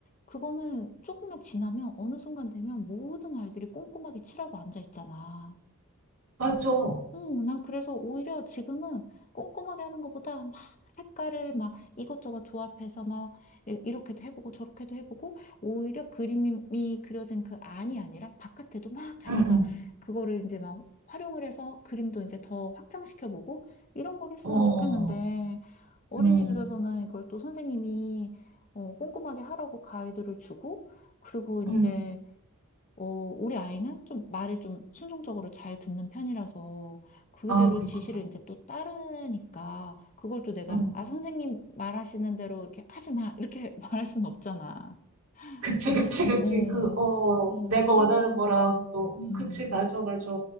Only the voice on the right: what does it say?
맞아.
응, 응.
어.
음,
음.
아, 그렇구나.
음.
그치,
그치, 그치.
그, 어,
내가
원하는 거랑 또, 음,
그치, 맞아, 맞아.